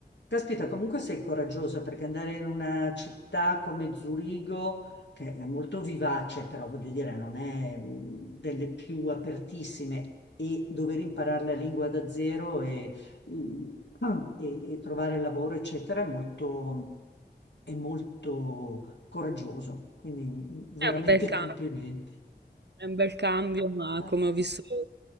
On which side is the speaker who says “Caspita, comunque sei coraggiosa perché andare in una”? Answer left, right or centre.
Left